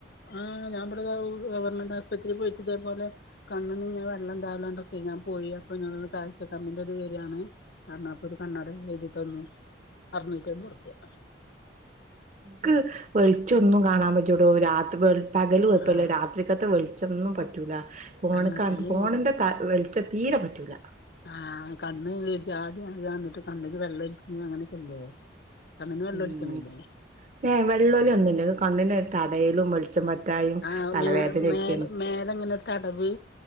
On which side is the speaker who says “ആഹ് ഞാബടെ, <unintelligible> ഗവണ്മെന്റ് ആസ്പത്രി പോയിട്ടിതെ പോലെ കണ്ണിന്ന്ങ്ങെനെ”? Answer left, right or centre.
Left